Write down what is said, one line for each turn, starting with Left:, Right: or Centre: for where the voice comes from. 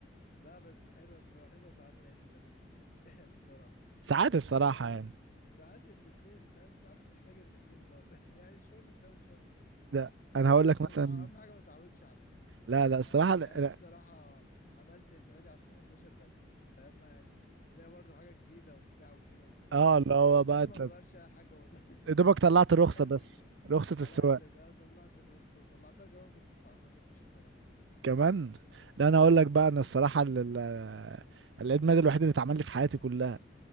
Left: لا بس حلوة بصراحة حلوة ساعات العيد ميلادات دي <laughs> بصراحة
Right: ساعات
Left: بس
Right: الصراحه
Left: يعني
Right: يعني
Left: ساعات الاتنين فاهم ساعات بتحتاج الاتنين برضه <laughs> يعني شوية من ده وشوية من ده
Right: لا انا هقول
Left: بس
Right: لك مثلا
Left: ما تتع... أهم حاجة ما تتعودش عليهم
Right: لا لا
Left: فاهم
Right: الصراحه
Left: يعني
Right: لا,
Left: انا
Right: لا.
Left: بصراحة عملت عيد ميلادي على ال 18 بس فاهم يعني ليا برضو حاجة جديدة وبتاع وكده وتغيير
Right: اه اللي هو بقى
Left: مع اني
Right: انت
Left: ما غيرش اي حاجة والله
Right: يا دوبك
Left: <laughs>
Right: طلعت
Left: على
Right: الرخصه
Left: قدك
Right: بس
Left: يعني
Right: رخصه
Left: على
Right: السواق
Left: قدك اه طلعت الرخصة وطلعتها كمان في ال 19 مش ال 18
Right: كمان لا انا هقول لك بقى انا الصراحه ال- ال- العيد ميلاد الوحيد اللي اتعمل لي في حياتي كلها